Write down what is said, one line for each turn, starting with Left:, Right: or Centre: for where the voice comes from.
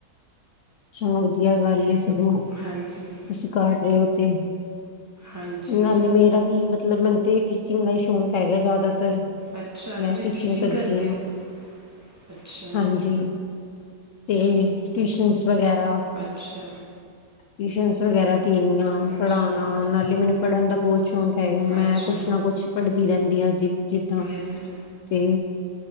Left: ਚਲੋ ਵਧੀਆ ਗੱਲ ਚਲੋ,
Right: ਹਾਂਜੀ
Left: ਤੁਸੀਂ ਕਰ ਰਹੇ ਹੋ ਤੇ,
Right: ਹਾਂਜੀ
Left: ਨਾਲੇ ਮੇਰਾ ਵੀ ਮਤਲਬ ਮੈਂਨੂੰ ਤੇ ਟੀਚਿੰਗ ਦਾ ਹੀ ਸ਼ੌਂਕ ਹੈਗਾ ਜ਼ਿਆਦਾਤਰ।
Right: ਅੱਛਾ
Left: ਮੈਂ
Right: ਤੁਸੀਂ
Left: ਟੀਚਿੰਗ ਕਰਦੀ
Right: ਕਰਦੇ
Left: ਹਾਂ,
Right: ਹੋ ਅੱਛਾ
Left: ਹਾਂਜੀ। ਤੇ ਟਿਊਸ਼ਨਸ ਵਗੈਰਾ,
Right: ਅੱਛਾ
Left: ਟਿਊਸ਼ਨ ਵਗੈਰਾ ਤੇ ਇੰਨੀਆ,
Right: ਅੱਛਾ
Left: ਪੜ੍ਹਾਉਣਾ ਨਾਲੇ ਮੈਨੂੰ ਪੜ੍ਹਨ ਦਾ ਬਹੁਤ ਸ਼ੌਂਕ ਹੈਗਾ ਮੈਂ
Right: ਅੱਛਾ
Left: ਕੁਛ ਨਾ ਕੁਛ ਪੜ੍ਹਦੀ ਰਹਿੰਦੀ ਹਾਂ ਜੀ ਜਿੱਦਾ
Right: ਹਾਂਜੀ।
Left: ਤੇ,